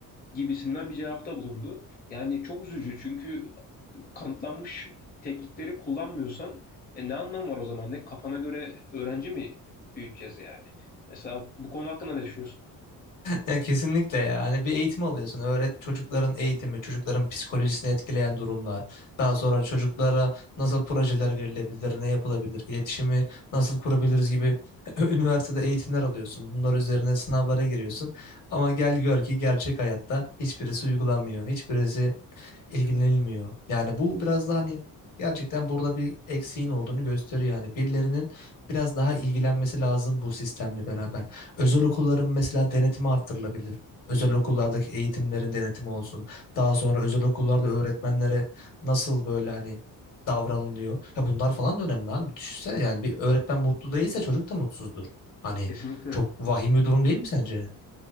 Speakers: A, on the left; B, on the left.
A: gibisinden bir cevapta bulundu. Yani çok üzücü çünkü kanıtlanmış teknikleri kullanmıyorsan e, ne anlamı var o zaman? Ne kafana göre öğrenci mi büyüteceğiz yani? Mesela bu konu hakkında ne düşünüyorsun?
B: Ya kesinlikle ya. Hani bir eğitim alıyorsun. Öğret çocukların eğitimi, çocukların psikolojisini etkileyen durumlar. Daha sonra çocuklara nasıl projeler verilebilir, ne yapılabilir, iletişimi nasıl kurabiliriz gibi <laughs> üniversitede eğitimler alıyorsun. Bunlar üzerine sınavlara giriyorsun. Ama gel gör ki gerçek hayatta hiçbirisi uygulanmıyor. Hiçbirisi ilgilenilmiyor. Yani bu biraz daha hani gerçekten burada bir eksiğin olduğunu gösteriyor. Yani birilerinin biraz daha ilgilenmesi lazım bu sistemle beraber. Özel okulların mesela denetimi arttırılabilir. Özel okullardaki eğitimlerin denetimi olsun. Daha sonra özel okullarda öğretmenlere nasıl böyle hani davranılıyor. Ya bunlar falan da önemli abi. Düşünsene yani bir öğretmen mutlu değilse çocuk da mutsuzdur. Hani
A: Kesinlikle.
B: çok vahim bir durum değil mi sence?